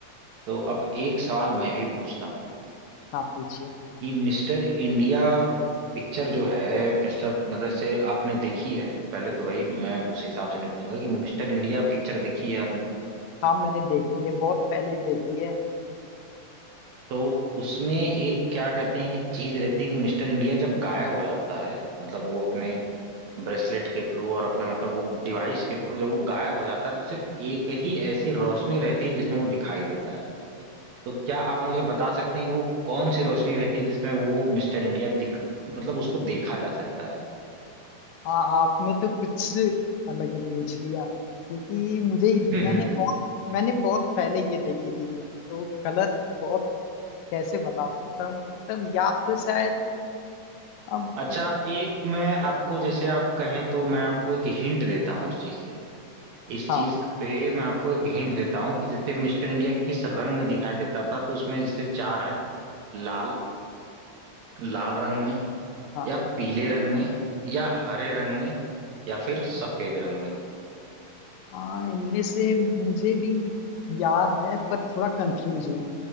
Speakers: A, on the right; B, on the left.
A: तो अब एक सवाल मैं भी पूछता हूँ
B: हाँ पूछिए
A: कि मिस्टर इंडिया पिक्चर जो है मिस्टर मतलब से आपने देखी है पहले तो भाई मैं उस हिसाब से नहीं पूछूंगा कि मिस्टर इंडिया पिक्चर देखी है आपने
B: हाँ मैंने देखी है बहुत पहले देखी है
A: तो उसमें एक क्या कहते हैं कि चीज रहती है कि मिस्टर इंडिया जब गायब हो जाता है मतलब वो अपने ब्रेसलेट के थ्रू और अपने मतलब वो डिवाइस के थ्रू जब वो गायब हो जाता है तो सिर्फ एक ही ऐसी रोशनी रहती है जिसमें वो दिखाई देता है तो क्या आप मुझे बता सकते हैं कि वो कौन सी रोशनी रहती है जिसमें वो मिस्टर इंडिया दिख मतलब उसको देखा जा सकता है
B: हाँ आपने तो कुछ अलग ही पूछ लिया क्योंकि मुझे
A: <laughs>
B: मैंने बहुत मैंने बहुत पहले ये देखी थी मूवी तो कलर बहुत कैसे बता सकता हूँ मतलब याद तो शायद अब
A: अच्छा एक मैं आपको जैसे आप कहें तो मैं आपको एक हिंट देता हूँ इस चीज से इस
B: हाँ
A: चीज पे मैं आपको एक हिंट देता हूँ कि जैसे मिस्टर इंडिया किस रंग में दिखाई देता था तो उसमें जैसे चार हैं लाल लाल रंग में
B: हाँ
A: या पीले रंग में या हरे रंग में या फिर सफेद रंग में
B: हाँ इनमें से मुझे भी याद है पर थोड़ा कंफ्यूज हूँ